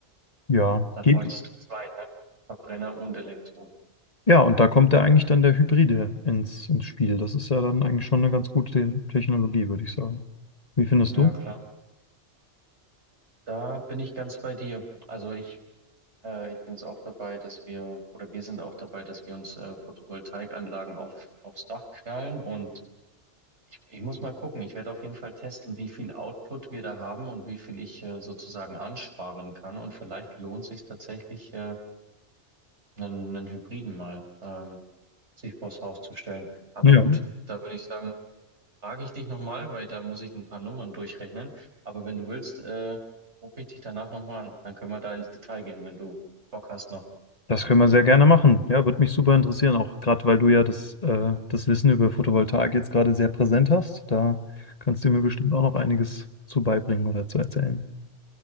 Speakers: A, on the left (about 35°); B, on the right (about 80°).
A: Ja,
B: Dann
A: geht.
B: bräuchtest du zwei, ne? Verbrenner und Elektro.
A: Ja, und da kommt ja eigentlich dann der Hybride ins, ins Spiel. Das ist ja dann eigentlich schon eine ganz gute Technologie, würde ich sagen. Wie findest
B: Ja,
A: du?
B: klar. Da bin ich ganz bei dir. Also ich, äh, ich bin jetzt auch dabei, dass wir, oder wir sind auch dabei, dass wir uns äh, Photovoltaikanlagen auf, aufs Dach knallen und Ich, ich muss mal gucken. Ich werde auf jeden Fall testen, wie viel Output wir da haben und wie viel ich äh, sozusagen ansparen kann. Und vielleicht lohnt sich tatsächlich, äh, einen, einen Hybriden mal ähm, sich vors Haus zu stellen. Aber
A: Ja.
B: gut, da würde ich sagen, frage ich dich nochmal, weil da muss ich ein paar Nummern durchrechnen. Aber wenn du willst, äh, rufe ich dich danach nochmal an. Dann können wir da ins Detail gehen, wenn du Bock hast noch.
A: Das können wir sehr gerne machen. Ja, würde mich super interessieren, auch gerade weil du ja das, äh, das Wissen über Photovoltaik jetzt gerade sehr präsent hast. Da kannst du mir bestimmt auch noch einiges zu beibringen oder zu erzählen.